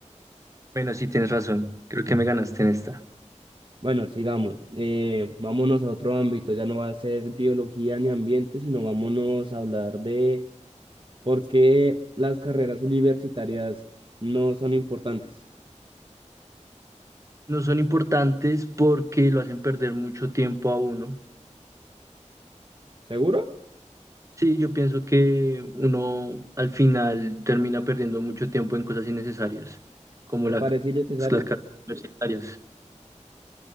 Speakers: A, on the right; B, on the right.
A: Bueno, sí, tienes razón. Creo que me ganaste en esta.
B: Bueno, sigamos. Eh, vámonos a otro ámbito, ya no va a ser biología ni ambiente, sino vámonos a hablar de por qué las carreras universitarias no son importantes.
A: No son importantes porque lo hacen perder mucho tiempo a uno.
B: ¿Seguro?
A: Sí, yo pienso que uno al final termina perdiendo mucho tiempo en cosas innecesarias, como
B: ¿Te
A: las,
B: parece innecesario?
A: las carreras universitarias.